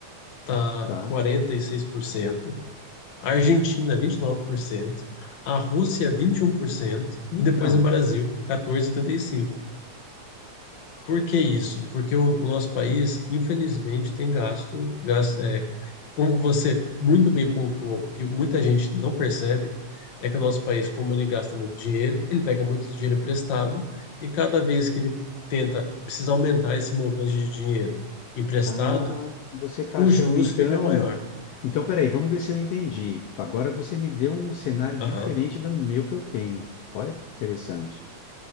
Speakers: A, on the left (about 55°); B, on the left (about 80°).
A: está
B: tá?
A: quarenta e seis por cento a Argentina 29%, a Rússia 21% e um por cento
B: Então,
A: e depois o Brasil 14,75%. Por cento. Por que isso? Porque o, o nosso país, infelizmente, tem gasto, gasto é, como você muito bem pontuou, o que muita gente não percebe é que o nosso país, como ele gasta muito dinheiro, ele pega muito dinheiro emprestado e cada vez que ele tenta precisa aumentar esse montante de dinheiro emprestado,
B: Ah, você está
A: os
B: achando
A: juros
B: então.
A: fica maior.
B: Então, peraí, vamos ver se eu entendi. Agora você me deu um cenário diferente
A: Aham,
B: do meu que eu tenho. Olha que interessante.